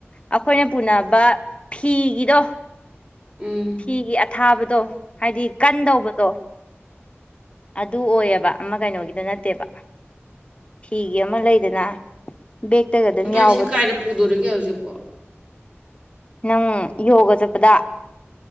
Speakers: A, on the left; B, on the right.
A: ꯑꯩꯈꯣꯏꯅ ꯄꯨꯅꯕ ꯐꯤꯒꯤꯗꯣ
B: ꯎꯝ
A: ꯐꯤꯒꯤ ꯑꯊꯥꯕꯗꯣ ꯍꯥꯏꯗꯤ ꯀꯟꯗꯧꯕꯗꯣ ꯑꯗꯨ ꯑꯣꯏꯌꯦꯕ ꯑꯃ ꯀꯩꯅꯣꯒꯤꯗꯣ ꯅꯠꯇꯦꯕ ꯐꯤꯒꯤ ꯑꯃ ꯂꯩꯗꯅ ꯕꯦꯛꯇꯒ ꯑꯗꯨꯝ
B: ꯑꯗꯣ
A: ꯌꯥꯎꯕꯗꯣ
B: ꯑꯩ ꯁꯤ ꯀꯥꯏꯗ ꯄꯨꯗꯣꯔꯤꯒꯦ ꯍꯧꯖꯤꯛꯄꯣ
A: ꯅꯪ ꯌꯣꯒ ꯆꯠꯄꯗ